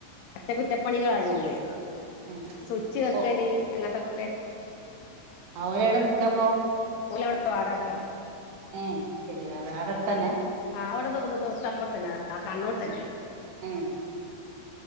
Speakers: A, on the left; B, on the right.
A: അറ്റകുറ്റപ്പണികളാ ഇഞ്ഞി ഉള്ളത്
B: ഏഹ്
A: സുച്ച് വെക്കല്
B: ഓഹ്
A: അങ്ങൻത്തൊക്കെ
B: ആഹ് ഓലെവ്ടാ നിക്കപ്പോ
A: ഓലവ്ട വാടാകക്കാ
B: ഏഹ് അഹ് ശരി അവിടെ അടുത്തന്നെ
A: ആഹ് അവ്ടെ തോ തൊട്ട് അപ്പർത്തന്നെ അതാ കാണുന്നോട് തന്നെ
B: ഉം